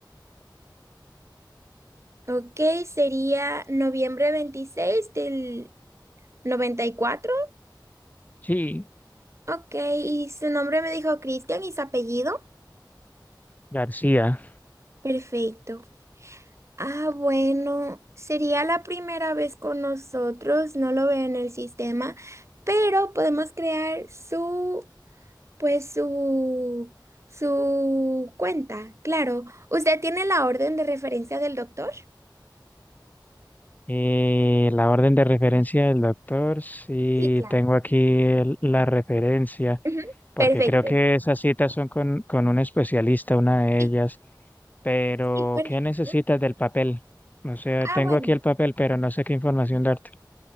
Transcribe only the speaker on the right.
Ok, sería noviembre 26 del 94.
Ok, y su nombre me dijo Cristian y su apellido.
Perfecto. Ah, bueno, sería la primera vez con nosotros, no lo veo en el sistema, pero podemos crear su Pues su, su cuenta, claro. ¿Usted tiene la orden de referencia del doctor?
Sí, claro.
Ujú,
Perfecto.
Sí,
sí, perfecto.
Ah,
bueno.